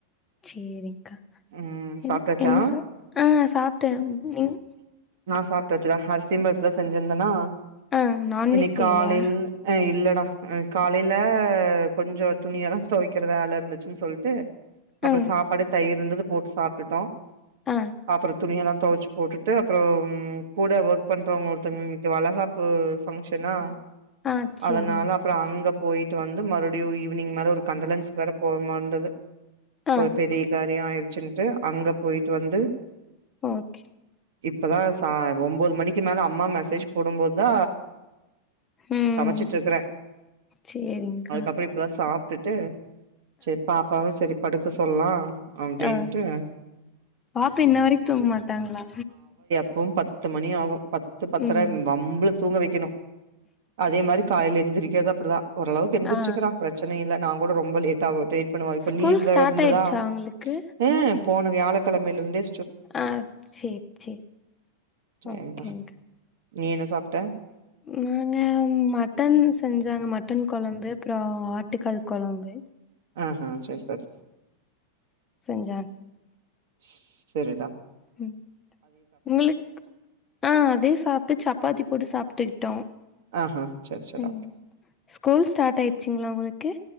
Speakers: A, on the left; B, on the right.
A: சேரிக்கா
B: ம் சாப்ட்டாச்சா
A: என் என்ன சா ஆஹ் சாப்ட்டே நீங்க
B: நா சாப்ட்டாச்சுடா அர் சி பருப்பு தா செஞ்சிருந்தன்னா
A: ஆ நான்வெஜ்
B: இன்னைக்
A: செய்யலையா
B: காலைல அ இல்ல டா அ காலைல கொஞ்சோ துணியெல்லா தொவைக்கற வேல இருந்துச்சுன் சொல்ட்டு அப்பறோ
A: ஆ
B: சாப்பாடு தயிர்ருந்தது போட்டு சாப்ட்டுட்டோ
A: ஆ
B: அப்பறோ துணியெல்லா தொவச்சு போட்டுட்டு அப்பறோ ம் கூட ஒர்க் பண்றவங்க ஒருத்தவ்ங்க வீட்டு வலகாப்பு ஃபங்க்ஷனா
A: ஆ சேரிங்க்கா
B: அதனால அப்பறோ அங்க போயிட் டு வந்து மறுவ்டியு ஈவினிங் மேல ஒரு கண்டலன்ஸ்க் வேற போக மார்ந்தது
A: ஆ
B: ஒரு பெரிய காரியோ ஆய் ச்சின்ட்டு அங்க போய்ட்டு வந்து
A: ஓகே
B: இப்ப தா சா ஒம்போது மணிக் கு மேல அம்மா மெசேஜ் போடும்போத் தா
A: ம்
B: சமச்சிட்ருக்கறே
A: சேரிங்க்கா
B: அதுக்கப்பறோ இப்ப தா சாப்ட் டுட்டு செரி பாப்பாவு செரி படுக்க சொல்லா அப்டின்ட்டு
A: அஹ் பாப்ப இன்ன வரைக்கு தூங்க மாட்டாங்களா
B: இப்பவு பத்து மணி ஆகு பத்து பத்தரை
A: ம்
B: வம்ப தூங்க வைக்கனு அதே மாரி காலைல எழுந்திரி கேதாப்படிதா ஓளவுக்கு எந்திரிச்சுக்கிறா
A: ஆ
B: பிரச்சன இல்ல நா கூட ரொம்ப லேட்ட ஆ வூட் பண்ணுவ இப்ப
A: ஸ்கூல்
B: லீவ்
A: ஸ்டார்ட்
B: வே இருந்ததா
A: ஆயிருச்சா அவங்களுக்கு
B: ஹ போன வியாழக்கழமையிருந்தே
A: அஹ் செரி செரி
B: சரிடா
A: ஓகேங்கா
B: நீ என்ன சாப்
A: நாங்க மட்டன் செஞ்சாங்க மட் ட்டன் குழம்பு அப்ரோ ஆட்டுக்கால் குழம்பு
B: ஆஹ் ஆஹ் சரி சரி
A: செஞ்சாங்க
B: ஸ்சரிடா
A: உம் உங்களுக்கு ஆஹ் அதே சாப்ட்டு சப்பாத்தி போட்டு சாப்ட்டுக்கிட்டோ
B: ஆஹா செரி செரி
A: உம் ஸ்கூல் ஸ்டார்ட் ஆயிருச்சிங்களா உங்களுக்கு